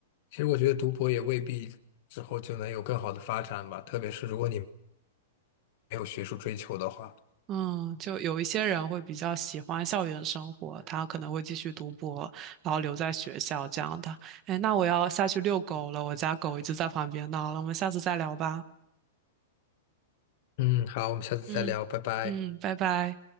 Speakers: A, on the left; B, on the right.
A: 其实我觉得读博也未必之后就能有更好的发展吧，特别是如果你没有学术追求的话。
B: 嗯，就有一些人会比较喜欢校园生活，他可能会继续读博，然后留在学校这样的。哎，那我要下去遛狗了，我家狗一直在旁边闹了，我们下次再聊吧。
A: 嗯，好，我们下次再聊，
B: 嗯嗯，
A: 拜拜。
B: 拜拜。